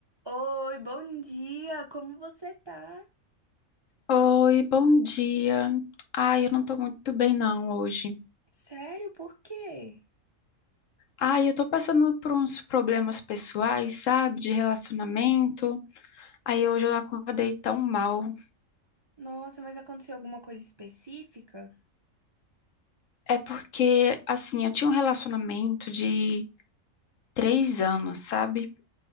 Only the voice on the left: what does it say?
Oi, bom dia. Ai, eu não tô muito bem não hoje.
Ai, eu tô passando por uns problemas pessoais, sabe, de relacionamento. Aí hoje eu acordei tão mal.
É porque, assim, eu tinha um relacionamento de três anos, sabe?